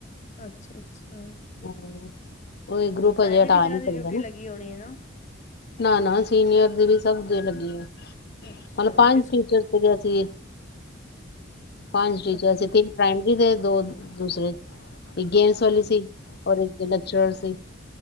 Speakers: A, on the left; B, on the left.
A: ਅੱਛਾ-ਅੱਛਾ,
B: <unintelligible> ਉਹੀ ਗਰੁੱਪ
A: ਪ੍ਰਾਇਮਰੀ
B: ਹਜੇ ਹਟਾ
A: ਟੀਚਰਾਂ
B: ਨੀ
A: ਦੀ
B: ਸਕਦਾ
A: ਡਿਊਟੀ
B: ਨਾ
A: ਲੱਗੀ ਹੋਣੀ ਹੈ ਨਾ,
B: ਨਾ ਨਾ ਸੀਨੀਅਰ ਦੀ ਵੀ ਸਭ ਦੀ ਲੱਗੀ ਹੋਈ
A: ਅੱਛਾ
B: ਮਤਲਬ ਪੰਜ
A: ਫਿਰ ਸਕੂ
B: ਟੀਚਰ ਸੀਗੇ ਅਸੀਂ ਪੰਜ ਟੀਚਰ
A: ਅੱਛਾ,
B: ਸੀ ਤਿੰਨ ਪ੍ਰਮਰੀ ਦੇ ਦੋ ਦੂਸਰੇ ਗੇਮਸ ਵਾਲੀ ਸੀ- ਹੋਰ <inaudible> ਲੈਕਚਰਾਰ ਸੀ